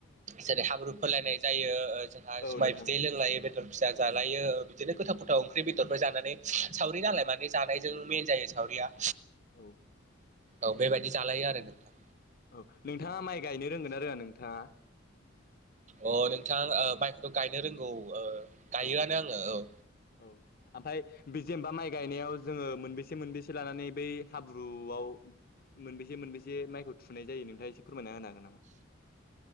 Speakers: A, on the right (about 40°); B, on the left (about 50°).
A: जेरै हाब्रु फोनलायनाय जायो। जोंहा
B: औ
A: माइ
B: नोंथां
A: बिदै लोंलायो। बे - दर फिसा जालायो बिदिनो गोथाव गोथाव ओंख्रि बेदरफोर जानानै सावरि नालाय माने जानायजों मेन जायो। सावरिया।
B: औ।
A: औ बेबायदि जालायो आरो नोंथां।
B: औ नोंथाङा माइ गायनो रोंगोनना रोङा नोंथाङा?
A: अ नोंथां माइखौथ' गायनो रोंगौ गायोआनो
B: औ
A: आङो औ।
B: औ। ओमफ्राय बे जेनबा माइ गायनायाव जोङो मोनबेसे मोनबेसे लानानै बै हाब्रुआव मोनबेसे मोनबेसे माइखौ थुनाय जायो नोंथाङा एसे फोरमायना होनो हागोन नामा?